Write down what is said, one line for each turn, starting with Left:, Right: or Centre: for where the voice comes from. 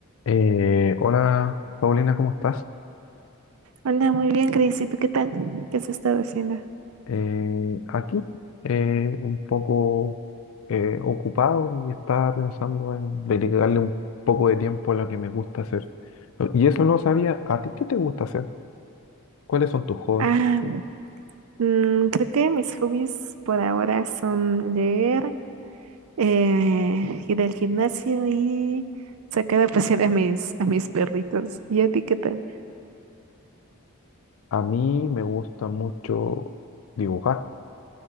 Left: Eh, hola Paulina, ¿cómo estás?
Right: Hola, muy bien, Cris. ¿Y tú qué tal? ¿Qué has estado haciendo?
Left: Eh, aquí eh, un poco eh, ocupado y estaba pensando en dedicarle un poco de tiempo a lo que me gusta hacer. Y eso no sabía, ¿a ti qué te gusta hacer? ¿Cuáles son tus hobbies?
Right: Ah, mm, creo que mis hobbies por ahora son leer, eh, ir al gimnasio y sacar a pasear a mis, a mis perritos. ¿Y a ti qué tal?
Left: A mí me gusta mucho dibujar.